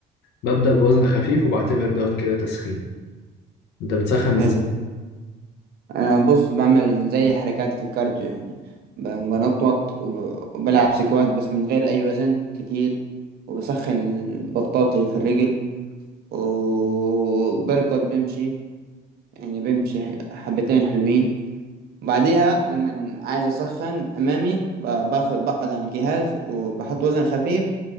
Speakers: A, on the left (about 80°); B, on the right (about 65°).
A: ببدأ بوزن خفيف وبعتبر دوت كده تسخين أنت بتسخن إزاي؟
B: حلو انا بص بعمل زي حركات الكارديو يعني ب- بنطوط وب- وبلعب سكوات بس من غير اي وزن كتير وبسخن البطاط اللي في الرجل وبركض بمشي يعني بمشي حبتين حلوين وبعديها لما عايز أسخن أمامي ب- باخد بقعد على الجهاز وبحط وزن خفيف